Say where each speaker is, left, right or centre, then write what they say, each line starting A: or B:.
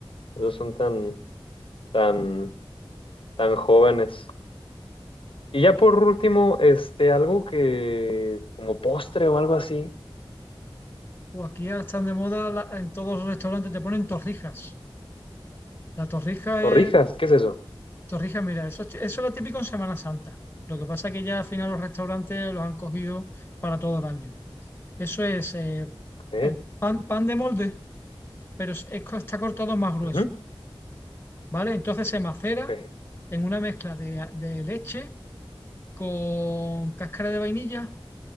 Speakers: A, on the left (about 65°); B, on the left (about 20°).
A: Esos son tan, tan, tan jóvenes. Y ya por último, este, algo que, como postre o algo así,
B: O aquí ahora están de moda la- en todos los restaurantes, te ponen torrijas. La torrija
A: torrijas,
B: es,
A: ¿qué es eso?
B: torrija, mira, eso, es- eso era típico en Semana Santa. Lo que pasa es que ya al final los restaurantes los han cogido para todo el año. Eso es eh,
A: ¿Ok?
B: el pan, pan de molde, pero es- es co- está cortado más grueso,
A: Ujú,
B: ¿vale? Entonces se macera
A: Ok,
B: en una mezcla de, de leche con cáscara de vainilla,